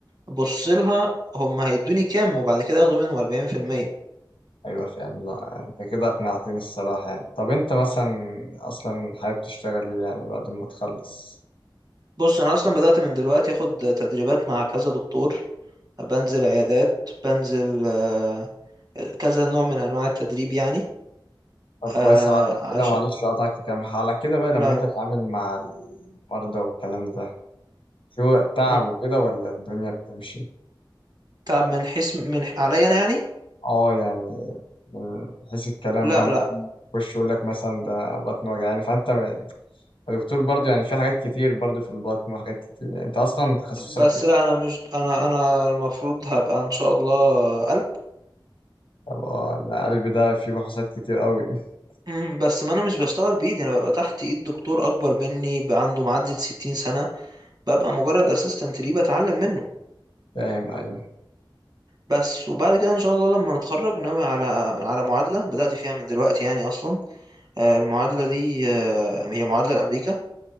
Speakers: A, on the right (about 50°); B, on the left (about 85°).
A: بص لها هم هيدوني كام وبعد كده ياخدوا منهم 40%
B: أيوة فاهم لا أنت كده أقنعتني الصراحة يعني طب أنت مثلا أصلا حابب تشتغل إيه يعني بعد ما تخلص
A: بص انا اصلا بدأت من دلوقتي اخد تدريبات مع كذا دكتور بنزل عيادات بنزل آه، كذا نوع من انواع التدريب يعني
B: طب
A: آه،
B: كويس على
A: عشان
B: كده معلش أقطعك في كلام على كده بقى لما
A: لا
B: أنت تتعامل مع المرضى والكلام ده في وقت تعب
A: مم.
B: وكده ولا الدنيا بتمشي؟
A: تعب من حيث من عليا انا يعني
B: اه يعني من حيث الكلام
A: لا
B: بقى ممكن
A: لا
B: يخش يقول لك مثلا ده بطن وجعاني فانت م- الدكتور برضو يعني في حاجات كتير برضو في البطن وحاجات كتير يعني انت اصلا تخصصك
A: بس
B: ايه؟
A: لا انا مش انا انا المفروض هبقى ان شاء الله قلب
B: طب اه ده قلب ده فيه بحوثات كتير قوي <laughs>
A: مم، بس ما انا مش بشتغل بايدي انا ببقى تحت ايد دكتور اكبر مني بقى عنده معدي ال 60 سنة ببقى مجرد اسيستنت ليه بتعلم منه
B: فاهم ايوه
A: بس وبعد كده ان شاء الله لما نتخرج ناوي على على معادله بدات فيها من دلوقتي يعني اصلا آه، المعادله دي آه، هي معادله لامريكا